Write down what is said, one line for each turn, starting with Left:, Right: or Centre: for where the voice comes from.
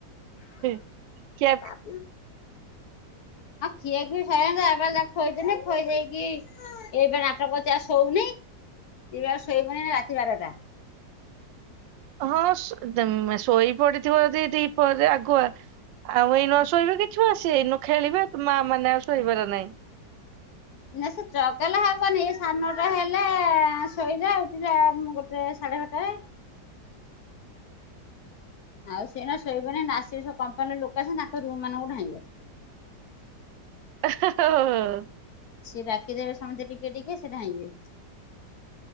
Right: ହି ଖିଆ
Left: ହଁ ଖିଆଖୁଇ ସଇଲାଣି ତା ବାପା ତାକୁ ଖୋଇଦେଲେ ଖୋଇଦେଇକି ଖୋଇ ଦେଇକି ଇଏ ଏବେ ନାଟ କରୁଚି ଆଉ ଶୋଉନେଇ ଇଏ ବି ଆଉ ଶୋଇବନି ଏନା ରାତି ବାରଟା।
Right: ହଁ ଶୋ ଦ୍ ଶୋଇପଡିଥିବ ଯଦି ଦିପହରେ ଆଗୁଆ ଆଉ ଏଇ ନ ଶୋଇବେ କି ଛୁଆ ସିଏ ଏଇନୁ ଖେଳିବେ ଆଉ ମାଆମାନେ ଆଉ ଶୋଇବାର ନାଇଁ।
Left: ନାଇ ସେ ଚଗଲା ହବନି ଏଇ ଶାଢ ନଅଟା ହେଲା ଶୋଇଲା ଉଠିଲା ଗୋଟେ ସାଢେ ବାରଟାରେ। ଆଉ ସିଏ ଏଇନା ଶୋଇବନି ଏନା ଆସିବେ ସବୁ କମ୍ପାନୀରୁ ଲୋକ ଆସିବେ ତାଙ୍କ ରୁମମାନଙ୍କୁ ଧାଁଇବ।
Right: ଓହୋ ହୋ ହୋ।
Left: ସିଏ ଡାକିଦେବେ ସମସ୍ତେ ଟିକେ ଟିକେ ସିଏ ଧାଁଇବେ।